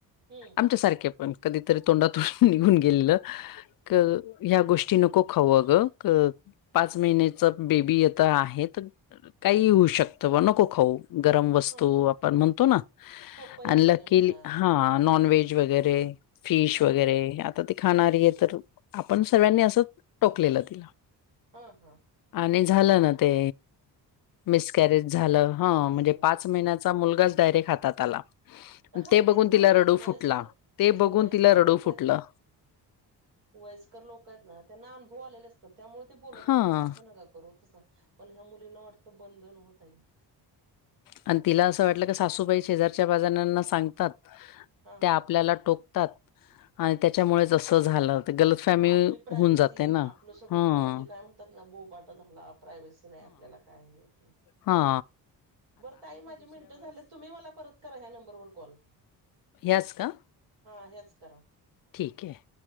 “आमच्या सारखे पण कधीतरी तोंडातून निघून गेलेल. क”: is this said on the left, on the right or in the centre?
Left